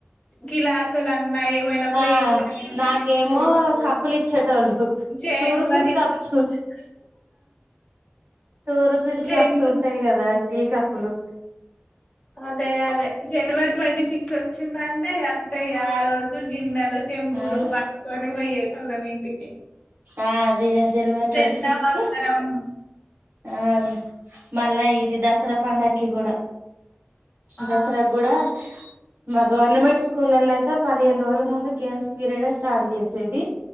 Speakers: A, on the left; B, on the right.
A: గ్లాసులు, మరి ఏవైనా ప్లేట్స్
B: ఆ
A: అయినా
B: నాకేమో
A: ఇచ్చే వాళ్ళు,
B: కప్పులు ఇచ్చేటోళ్ళు
A: జనవరి
B: టూ రూపీస్ cups
A: twenty six
B: two rupees
A: జన్
B: cups ఉంటాయి. కదా టీ కప్పులు
A: అదే అదే జనవరి ట్వంటీ సిక్స్ వచ్చిందంటే అంతే ఆ రోజు గిన్నెలు చెంబులు
B: అవును
A: పట్టుకొని పోయ్యే కొందరు ఇంటికి
B: ఆ జన జనవరి
A: జెండా
B: ట్వంటీ సిక్స్
A: వందనం
B: కు ఆ మళ్ళ ఇది దసరా పండగ కి కూడా,
A: ఆ
B: దసరా కూడా మా గవర్నమెంట్ స్కూల్లో అయితే పదిహేను రోజుల ముందు గేమ్స్ పీరియడ్ స్టార్ట్ చేసేది.